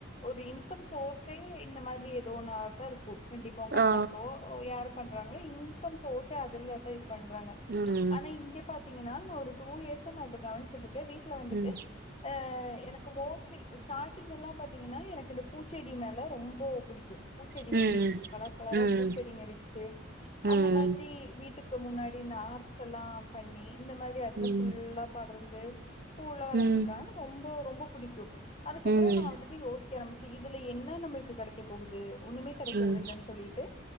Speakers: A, on the left; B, on the right.
A: ஒரு இன்கம் சோஸ் தே இந்த மாதிரி ஏதோ ஒன்னு ஆத்தர் கூக்கண்டிப்பா உங்க
B: ஆ
A: அப்பாக்கோ ஓ யாருப் பண்றாங்க இன்கம் சோர்சே அதலதா இருக் பண்றாங்க
B: ம்
A: ஆனா இங்க பாத் திங்கன்னா ஒரு டூ இயர்ஸ் நா இப்ப கவனிச்சிட்டு தே வீட்ல வந்துட்டு
B: ம்
A: அஅப் அ எனக் கும் மோஸ்லி ஷ் ஸ்டார்ட் திங்கால்லாம் பாத்தீங்கனா எனக்கு இந்த பூச்செடி மேல ரொம்ப புடிக்கு பூச்செடி
B: ம்
A: வெக்கிறதுக்கு கலர் கலரா
B: ம்
A: பூச்செடிங்க
B: ம்
A: வெச்சு
B: ம்
A: அந்த மாதிரி வீட்டுக் க்கு முன்னாடி இந்த ஆர்ச்சல்லா பண்ணி இந்த மாதிரி அதுலாம்
B: ம்
A: ஃபுல்லா படர்ந்து பூல்லா வர்றதுக்கான
B: ம்
A: ரொம்பொ ரொம்பொ புடிக்கு அதுக்கப்புற
B: ம்
A: நா வந்துட்டு யோசிக்க ஆரம்பிச்சே இதுல என்ன நம்ளுக்கு கெடைக்க போகுது ஒண்ணுமே கெடைக்கறதில்லன்னு
B: ம்
A: சொல்லிட்டு